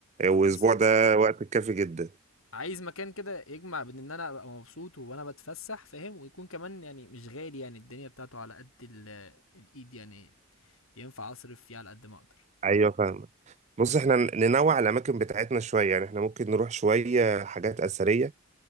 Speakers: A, on the right; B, on the left.
A: والاسبوع
B: بس
A: ده وقت كافي جدا
B: عايز مكان كده يجمع بين ان انا ابقى مبسوط وانا بتفسح فاهم ويكون كمان يعني مش غالي يعني الدنيا بتاعته على قد ال- الايد يعني ينفع اصرف فيه على قد ما اقدر
A: ايوه فاهمك بص احنا ننوع الاماكن بتاعتنا شويه يعني احنا ممكن نروح شويه حاجات اثريه